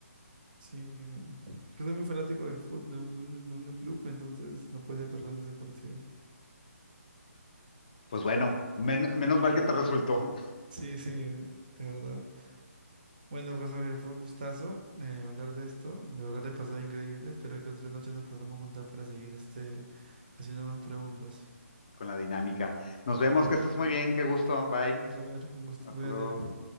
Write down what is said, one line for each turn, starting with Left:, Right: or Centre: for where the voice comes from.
Right: Sí, bueno. Yo soy muy fanático del fútbol, de un, de un- de un club, entonces no podía perderme ese partido.
Left: Pues bueno, men-
Right: Bueno,
Left: menos mal que te resultó
Right: sí, sí, de verdad. Bueno, pues Javier, fue un gustazo eh, hablar de esto. De verdad le he pasado increíble. Espero que otra noche nos podamos juntar para seguir este haciéndonos preguntas.
Left: <laughs> con la dinámica. Nos vemos,
Right: Ujú.
Left: que estés muy bien, qué gusto. Bye.
Right: Bueno, Javier, un gusto.
Left: Hasta
Right: Cuídate.
Left: luego.